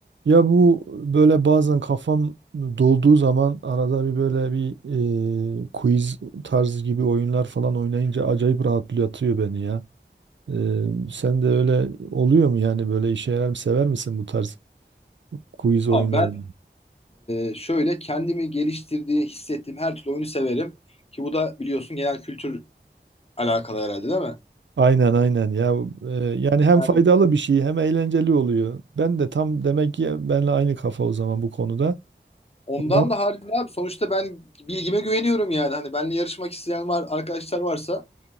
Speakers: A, on the right; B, on the left.
A: Ya bu böyle bazen kafam dolduğu zaman arada bir böyle bir e, quiz tarzı gibi oyunlar falan oynayınca acayip rahatlatıyor beni ya. E, sen de öyle oluyor mu yani böyle işe yarar mı sever misin bu tarz quiz oyunlarını?
B: Abi ben e, şöyle kendimi geliştirdiği, hissettiğim her türlü oyunu severim. Ki bu da biliyorsun genel kültür alakalı herhalde değil mi?
A: Aynen aynen ya e, yani hem
B: Yani
A: faydalı bir şey hem eğlenceli oluyor. Ben de tam demek ki benle aynı kafa o zaman bu konuda.
B: ondan
A: O zaman
B: da haricinde abi sonuçta ben bilgime güveniyorum yani. Hani benimle yarışmak isteyen var, arkadaşlar varsa